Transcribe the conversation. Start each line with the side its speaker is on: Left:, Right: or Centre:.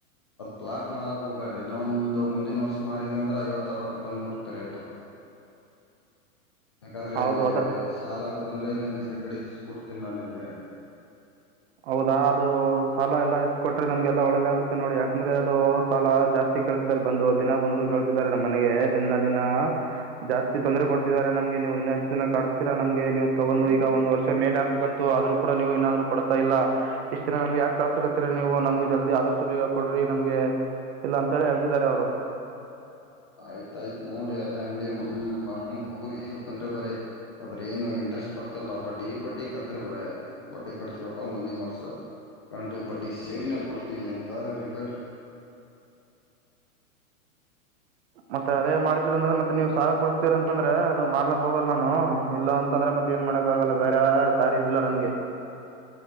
Left: ಪ್ಲಾಟ್ ಮಾರಕ್ ಹೋಗ್ಬೇಡ್ರಿ ಇನ್ನ ಒಂದು ಮುಂದಿನ ವರ್ಷ ಮಾಡಿದೀ ಅಂದ್ರ ಐವತ್ ಅರವತ್ತಕ್ ಬಂದ್ ಮುಟ್ತ ರೇಟ. ಯಾಕಂದ್ರೆ
Right: ಹೌದು
Left: ಈ
Right: ಅದರ
Left: ಶಾಲ ಕೊಡಂದ್ರೆ ಇಲ್ಲನ್ ಬೇರೆ ಕಡೆ ಇಸ್ಕೊಡ್ತೀನ್ ನಾ ನಿನ್ಗೆ.
Right: ಹೌದಾ ಅದು ಸಾಲ ಎಲ್ಲಾ ಇಷ್ಟ ಕೊಟ್ರೆ ನಮ್ಗೆಲ್ಲಾ ಒಳ್ಳೆದಾಗುತ್ತೆ ನೋಡಿ ಯಾಕಂದ್ರೆ ಅದು ಸಾಲ ಜಾಸ್ತಿ ಕೇಳ್ತಿದ್ದಾರೆ ಬಂದು ದಿನ ಬಂದು ಕೇಳ್ತಿದ್ದಾರೆ ನಮ್ಮ್ ಮನೆಗೆ ದಿನ ದಿನ ಜಾಸ್ತಿ ತೊಂದರೆ ಕೊಡ್ತಿದ್ದಾರೆ ನಮ್ಗೆ ನೀವು ಇನ್ನಷ್ಟು ದಿನ ಕಿಸಸ್ತೀರಾ ನಮ್ಗೆ ನೀವು ತಗೊಂಡು ಈಗ ಒಂದ್ ವರ್ಷ ಮೇಲೆ ಹಾಕ್ಬೇಕತ್ತು ಆದ್ರ್ರು ಕೂಡ ನೀವು ಇನ್ನಾದ್ರು. ಕೊಡ್ತಾ ಇಲ್ಲ ಇಷ್ಟ್ ದಿನ ನಮ್ಗೆ ಯಾಕ ಕಳ್ಸಕತ್ತರಿ ನೀವು ನಮ್ಗೆ ಜಲ್ದಿ ಆದಷ್ಟು ಬೇಗ ಕೊಡ್ರಿ ನಮ್ಗೆ ಇಲ್ಲ ಅಂತ ಹೇಳಿ ಹೇಳ್ತಿದ್ದಾರೆ ಅವ್ರು.
Left: ಆಯ್ತಯ್ತ್ ನೋಡಿ ಯಾ ಅದ ಹಂಗೆ ಮ್ ಮಾರ್ಕೊಂಡ್ ಹೋಗಿ. ರಿ ಹೇಳ್ಕಂದ್ರೆ ಬರೀ ಅದ್ರ ಏನು ಇಂಟ್ರೆಸ್ಟ್ ಬರ್ತಲ್ಲ ಬಡ್ಡಿ ಬಡ್ಡಿ ಕಟ್ರಿ ಬರೆ ಬಡ್ಡಿ ಕಟ್ತೀವಪ್ಪಾ ಮುಂದಿನ ವರ್ಷ ಗಂಟು ಬಡ್ಡಿ ಸೇರಿನ ಕೊಡ್ತೀವಿ ಅಂತ ಅವ್ರಿಗೆ ಹೇಳ್ರಿ.
Right: ಮತ್ತೆ ಅದೇ ಮಾಡ್ತಿರ ಅಂದ್ರೆ ಮತ್ತೆ ನೀವ್ ಸಾಲ ಕೊಡಸ್ತೀರ ಅಂತಂದ್ರೆ ಅದು ಮಾರ್ಲಕ್ ಹೋಗಲ್ಲ ನಾನು ಇಲ್ಲ ಅಂತಂದ್ರೆ ಮತ್ತೆ ಏನ್ ಮಾಡಾಕ್ ಆಗಲ್ಲ ಬೇರ ದಾರಿ ಇಲ್ಲ ನನ್ಗೆ.